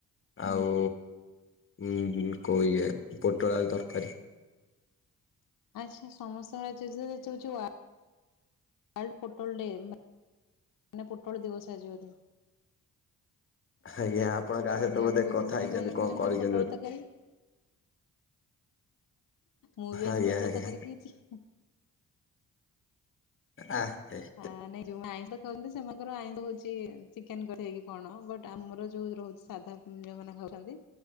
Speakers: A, on the left (about 55°); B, on the left (about 30°).
A: ହୁଁ।
B: ଆଉ ଉ କଉ ଇଏ ପୋଟଳ ତରକାରୀ।
A: ଆଚ୍ଛା ସମସ୍ତଙ୍କ <unintelligible> ୱାର୍ଲଡ ପୋଟଳ ଡେ ମାନେ ପୋଟଳ ଦିବସ ଆଜିିବଧ।
B: ଆଜ୍ଞା ଆପଣ କାହା ସହିତ
A: ଯାହାକୁ
B: ବୋଧେ
A: ଅ
B: କଥା
A: ସେମାନଙ୍କୁ
B: ହେଇଛନ୍ତି କଣ କରିଛନ୍ତି
A: ପୋଟଳ
B: ବୋଧେ
A: ତରକାରି। ମୁଁ ବି ଆଜି
B: ଆଜ୍ଞା
A: ପୋଟଳ
B: ଆଜ୍ଞା
A: ତକରି ଖାଇଛି।
B: ହ ସେ <unintelligible>
A: ହଁ ନାଇଁ ଯଉମାନେ ଆଇଁଷ ଖାଉନ୍ତି ସେମାନଙ୍କର ଆଇଁଷ ହ ଚିକେନ କରିଇକି କଣ ବଟ ଆମର ଯୋଉ ରହୁଛି ସାଧା ଯୋଉମାନେ ଖାଉଛନ୍ତି।